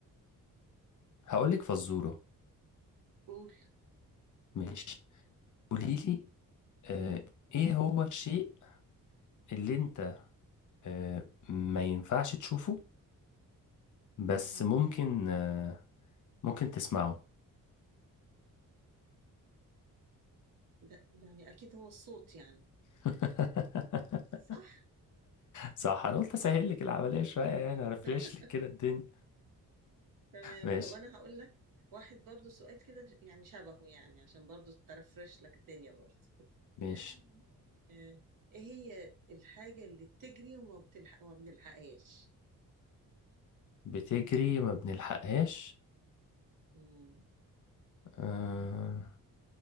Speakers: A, on the left; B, on the right.
A: هقول لك فزورة
B: قول
A: ماشي قولي لي آه ايه هو الشيء اللي انت آه، ما ينفعش تشوفه بس
B: مم.
A: ممكن آه، ممكن تسمعه
B: ده يعني اكيد هو الصوت يعني
A: <laughs>
B: صح
A: صح انا قلت اسهل لك العمليه شويه يعني ارفرش
B: <laughs>
A: لك كده الدنيا
B: تمام
A: ماشي
B: طب انا هقول لك واحد برضو سؤال كده يعني شبهه يعني عشان برضو ترفرش لك الدنيا برضو
A: ماشي
B: <laughs> ايه هي الحاجة اللي بتجري وما بتلحق وما بنلحقهاش
A: بتجري ما بنلحقهاش
B: مم.
A: آه،